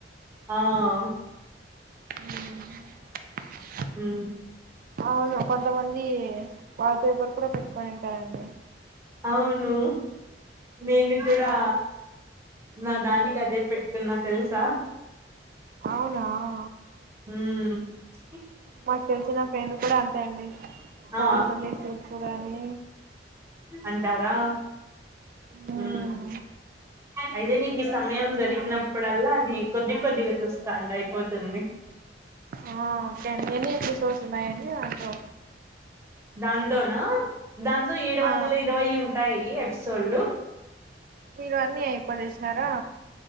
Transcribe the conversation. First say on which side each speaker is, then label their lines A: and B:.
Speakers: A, on the right (about 15°); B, on the right (about 50°).
A: ఆ అవు
B: అ
A: హ
B: అవును కొంతమంది వాల్ పేపర్ కూడా పెట్టుకుని ఉంటార్ అండి
A: అవును నేను కూడా
B: ఆ
A: నా దానికి అదే పెట్కున్నా తెలుసా
B: అవునా ఆ
A: మ్
B: మాకు తెలిసి నా ఫ్రెండ్ కూడా అక్కడ్నే బాగుంటుంది
A: ఆ
B: చూస్ కోనని
A: అంటరా
B: మ్మ్
A: మ్ అయితేే నీకి ఈ సమయం దొరికి అన్నప్పుడ అల్లా అది కొద్ది కొద్దిగా చూస్తాండి అయిపోతుంది
B: ఆ క ఎన్ని ఎపిసోడ్స్ ఉన్నాయండి అందు
A: దాంతోనా దాంతో ఏడు
B: ఆ
A: వందలు ఇరవై ఉంటాయి ఎపిసోడ్లు
B: మీరు అన్నీ అయిపోని ఇస్తారా